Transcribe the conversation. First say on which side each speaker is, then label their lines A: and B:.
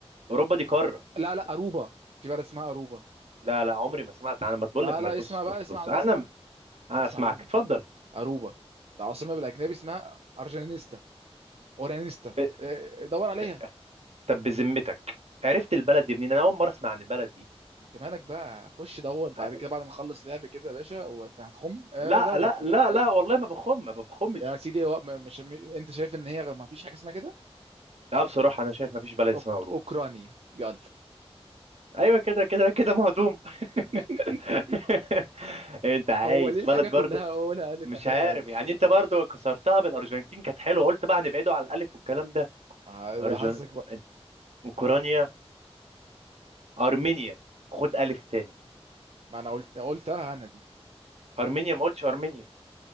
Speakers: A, on the right; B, on the right.
A: أوروبا دي قارة
B: لا لا اروبا في بلد اسمها اروبا
A: لا لا عمري ما سمعت أنا ما تقول
B: لا
A: لك ما
B: لا
A: تبص
B: اسمع
A: بص
B: بقى اسمع
A: بص
B: ما
A: أنا
B: اسمع
A: أنا
B: اسمع
A: أسمعك
B: مني
A: اتفضل
B: اروبا العاصمه بالاجنبي اسمها ارجانيستا اورانيستا
A: ب-
B: إيه، دور عليها
A: ت- طب بذمتك عرفت البلد دي منين أنا أول مرة أسمع عن البلد دي
B: انت مالك بقى خش دور بعد
A: ع-
B: كده بعد ما اخلص لعب كده يا باشا وانت هتخم آه،
A: لا
B: دور
A: لا لا لا والله ما بخم ما بخمش
B: يا سيدي هو م- مش م- انت شايف ان هي ما فيش حاجه اسمها كده
A: لا بصراحة أنا شايف ما فيش بلد
B: أوك-
A: اسمها أوروبا
B: اوكرانيا يلا
A: ايوه كده كده كده مهضوم
B: <laughs>
A: <laughs> انت عايز
B: هو ليه الحاجه
A: بلد
B: كلها
A: برضه
B: اولها الف
A: مش
B: اخرها
A: عارف
B: الف
A: يعني انت برضه كسرتها بالارجنتين كانت حلوه قلت بقى هنبعده على الالف والكلام ده
B: ما
A: أرجن...
B: ده حظك بقى
A: اوكرانيا ارمينيا خد الف تاني
B: ما انا قلت قلتها انا دي
A: ارمينيا ما قلتش ارمينيا